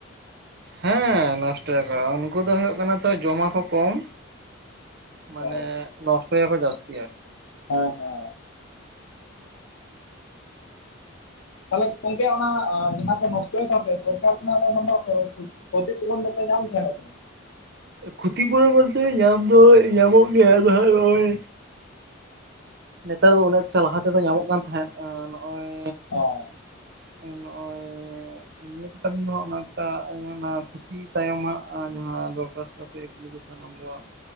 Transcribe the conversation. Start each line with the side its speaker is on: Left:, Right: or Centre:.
Right: ᱦᱮᱸ ᱱᱚᱥᱴᱚᱭᱟ ᱠᱚ, ᱩᱱᱠᱩ ᱫᱚ ᱦᱳᱭᱳᱜ ᱠᱟᱱᱟ ᱛᱚ ᱡᱚᱢᱟ ᱠᱚ ᱠᱚᱢ᱾ ᱢᱟᱱᱮ
Left: ᱚ
Right: ᱱᱚᱥᱴᱚᱭᱟ ᱠᱚ ᱡᱟᱹᱥᱛᱤ ᱟᱨᱠᱤ᱾
Left: ᱦᱮᱸ ᱦᱮᱸ᱾ ᱛᱟᱦᱚᱞᱮ ᱜᱚᱢᱠᱮ ᱚᱱᱟ ᱡᱟᱦᱟᱸ ᱠᱚ, ᱱᱚᱥᱴᱚᱭ ᱛᱟᱯᱮ ᱥᱚᱨᱠᱟᱨ ᱠᱷᱚᱱᱟᱜ ᱫᱚ, ᱚᱱᱟ ᱫᱚ ᱠᱷᱚᱛᱤ ᱯᱩᱨᱩᱨᱚᱱ ᱫᱚᱯᱮ ᱧᱟᱢ ᱛᱟᱦᱮᱱᱟ ᱥᱮ ᱵᱟᱝ?
Right: ᱠᱷᱚᱛᱤ ᱯᱩᱨᱩᱨᱚᱱ ᱵᱚᱞᱛᱮ ᱧᱟᱢ ᱫᱚ, ᱧᱟᱢᱚᱜ ᱜᱮᱭᱟ ᱟᱫᱚ ᱦᱟᱸᱜ ᱱᱚᱜᱼᱚᱭ᱾ ᱱᱮᱛᱟᱨ ᱫᱚ ᱩᱱᱟᱹᱜᱚᱴᱟ, ᱞᱟᱦᱟ ᱛᱮᱫᱚ ᱧᱟᱢᱚᱜ ᱠᱟᱱ ᱛᱟᱦᱮᱸᱫ ᱱᱚᱜᱼᱚᱭ
Left: ᱚ
Right: ᱱᱚᱜᱼᱚᱭ ᱱᱤᱭᱟᱹ ᱠᱚᱴᱟ ᱫᱤᱱ ᱫᱚ, ᱮᱠᱴᱟ ᱟᱱᱟ ᱠᱷᱚᱛᱤ ᱛᱟᱭᱚᱢ ᱦᱟᱸᱜ ᱡᱟᱦᱟᱸ ᱫᱚᱨᱠᱥᱛᱚ ᱥᱮ ᱮᱯᱞᱤᱠᱮᱥᱚᱱ ᱟᱵᱚᱣᱟᱜ